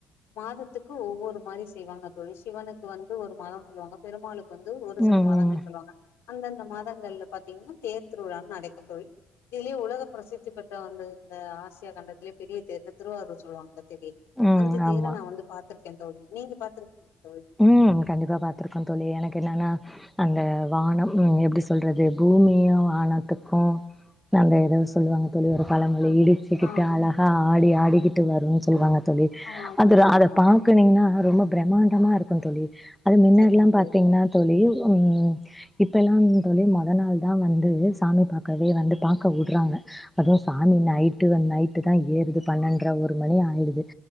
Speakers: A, on the left; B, in the centre.
A: மாதத்துக்கு ஒவ்வொரு மாதிரி செய்வாங்க தோழி சிவனுக்கு வந்து ஒரு மாதம் சொல்லுவாங்க பெருமாளுக்கு வந்து ஒரு சில
B: ம் ம்
A: மாதங்கள் சொல்லுவாங்க அந்தந்த மாதங்கள்ல பாத்தீங்கன்னா தேர் திருவிழான் நடக்கும் தோழி இதுலயே உலக பிரசித்தி பெற்ற வந்த இந்த ஆசியா கண்டத்திலயே பெரிய தேர்ன்னு திருவாரூர் சொல்லுவாங்க தெரி
B: ம்.
A: அந்த தேர
B: ஆமா.
A: நா வந்து பாத்துருக்கேன் தோழி நீங்க பாத்துருக்கிங்களா தோழி
B: ம் கண்டிப்பா பாத்திருக்கோம் தோழி எனக்கு என்னன்னா அந்த வானம் உ எப்படி சொல்றது பூமியும் வானத்துக்கும் அந்த ஏதோ சொல்லுவாங்க தோழி ஒரு பழமொழி
A: ஆ
B: இடிச்சுக்கிட்டு
A: ஆமா
B: அழகா ஆடி ஆடிக்கிட்டு வரும் சொல்லுவாங்க
A: ஆமா
B: தோழி
A: ஆமா
B: அதுல
A: தோழி
B: அதை
A: ஆமா
B: பாக்கனீங்கன்னா
A: தோழி
B: ரொம்ப பிரம்மாண்டமா இருக்கும் தோழி அது முன்னாடிலாம்
A: சரிங்க தோழி
B: பாத்தீங்கன்னா தோழி உம் இப்பல்லாம் தோழி மொத நாள் தான் வந்து சாமி பாக்கவே வந்து பாக்க விடுறாங்க அதுவும் சாமி நைட்டு நைட்டு தான் ஏறுது பன்னெண்ற ஒரு மணி ஆயிடுது